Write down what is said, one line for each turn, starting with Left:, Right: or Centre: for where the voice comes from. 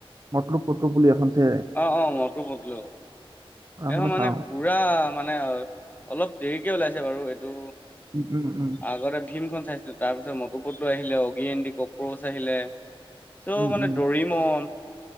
Right: মটো পটলু বুলি এখন যে
Left: অ অ মইতো বদলো
Right: আৰু
Left: এইখন
Right: চাওঁ।
Left: মানে পুৰা মানে অলপ দেৰিকে ওলাইছে বাৰু এইটো।
Right: উম, উম, উম,
Left: আগতে ভীমখন চাইছিলোঁ, তাৰপিছত মটুপটলো আহিলে, অগি এণ্ড কক্ৰচ আহিলে। চৌ
Right: উম,
Left: মানে
Right: উম,
Left: দৰিমন